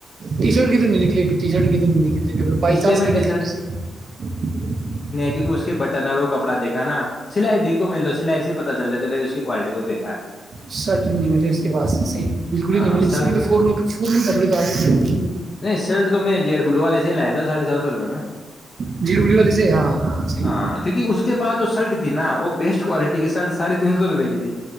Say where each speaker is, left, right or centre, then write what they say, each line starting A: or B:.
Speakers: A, on the right; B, on the left.
A: ٹی شرٹ کتھر نہیں نکلی ٹی شرٹ کتن نکلتی بائی
B: اس
A: چانس
B: لیے میں
A: نکلتی
B: ٹی
A: <unintelligible>
B: کی اس کے بن اور وہ کپڑا دھا ک نا سلائی دیکو مل ل <unintelligible> سلائی سے پ چل رہے بائی اس کی کوالٹی بہت بےکا ر تھی
A: سٹ نہیں ملے باس صیح بالکل
B: ہاں
A: ہی نہیں ملے جس
B: شرٹ
A: میںور فور ا دم <unintelligible>
B: نہیں سرٹ تو میں جیڈ بلو والے سے ہی لایا تھا ساڑھے سات سو روپئے میں
A: جی ڈبلی والے سے ہاں صحیح
B: ہاں کیونکہ اس کے پاس جو سرٹ تھی نا وہ بیسٹ کوالٹی کی سرٹ ساڑی تین سو روپئے کی تھی